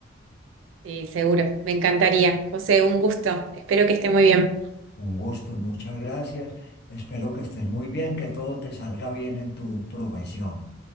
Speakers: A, on the right; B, on the left.
A: Sí, seguro, me encantaría. José, un gusto, espero que esté muy bien.
B: Un gusto, muchas gracias. Espero que estés muy bien, que todo te salga bien en tu profesión.